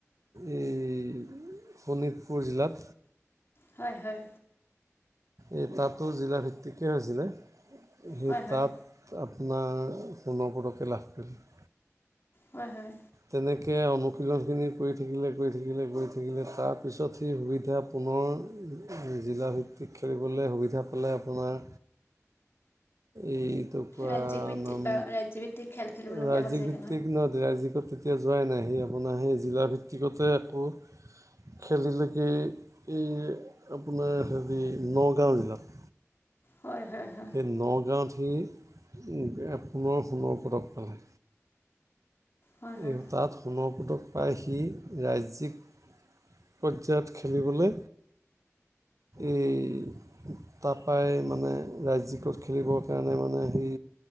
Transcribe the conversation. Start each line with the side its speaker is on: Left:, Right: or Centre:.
Right: এই শোণিতপুৰ জিলাত।
Left: হয়-হয়।
Right: এই তাতো জিলা ভিত্তিকে হৈছিলে, সেই
Left: হয় হয়
Right: তাত আপোনাৰ সোণৰ পদকে লাভ কৰিলে।
Left: হয় হয়।
Right: তেনেকে অনুশীলনখিনি কৰি থাকিলে, কৰি থাকিলে, কৰি থাকিলে, তাৰপিছত সি সুবিধা পুনৰ জিলাভিত্তিক খেলিবলে সুবিধা পালে আপোনাৰ এইটো পা
Left: ৰাজ্যিক ভিত্তিত
Right: নাম,
Left: বা ৰাজ্যভিত্তিক খেল খেলিবলগীয়া
Right: ৰাজ্যিক
Left: হ'ল চাগে
Right: ভিত্তিক ন, ৰাজ্যিক কৰ এতিয়া যোৱাই নাই, সি আপোনাৰ সেই জিলা ভিত্তিকতে আকৌ খেলিলেগে, এই আপোনাৰ হেৰি নগাঁও জিলাত।
Left: হয় হয় হয়।
Right: সেই নগাঁৱত সি পুনৰ সোণৰ পদক পালে।
Left: হয় হয়
Right: এই তাত সোণৰ পদক পায় সি ৰাজ্যিক পৰ্যায়ত খেলিবলে এই তাৰ পৰাই মানে ৰাজ্যিকত খেলিবৰ কাৰণে মানে সি